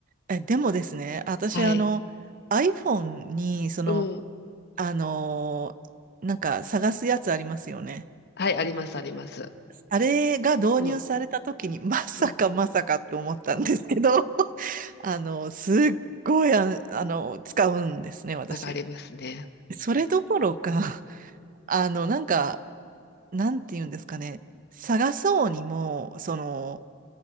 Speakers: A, on the right; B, on the left.
A: え、でもですね、私、
B: はい。
A: あの、iPhone に、その、
B: うん。
A: あのーなんか探すやつありますよね。
B: はい、あります、あります。
A: あれが導入された時に、
B: うん。
A: まさかまさかと思ったんですけど、
B: うん。
A: <laughs> あの、すっごい、あ、あの、使うんですね、私。
B: わかりますね。
A: それどころか、あの、なんか、なんて言うんですかね、探そうにも、その、